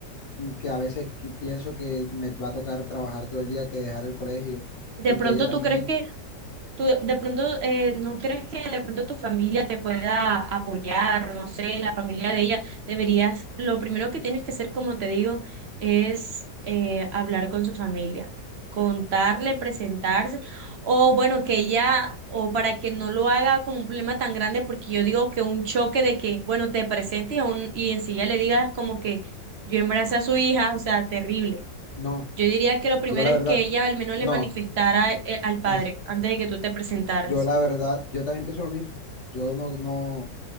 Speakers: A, on the left; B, on the right.
A: mm, que a veces que pienso que me va a tocar trabajar todo el día, que dejar el colegio
B: De
A: y
B: pronto
A: que ella también,
B: tú crees que ¿Tú de de pronto eh, no crees que de pronto tu familia te pueda apoyar? No sé, la familia de ella deberías, lo primero que tienes que hacer, como te digo, es eh, hablar con su familia, contarle, presentarse, o bueno, que ella, o para que no lo haga como un problema tan grande, porque yo digo que un choque de que, bueno, te presentes y, aún- y enseguida le digas como que yo embaracé a su hija, o sea, terrible.
A: no,
B: Yo diría que lo primero
A: yo la
B: es
A: verdad,
B: que ella al menos
A: no,
B: le manifestara eh, al padre
A: es-
B: antes de que tú te presentaras.
A: yo la verdad, yo también pienso lo mismo. Yo no, no.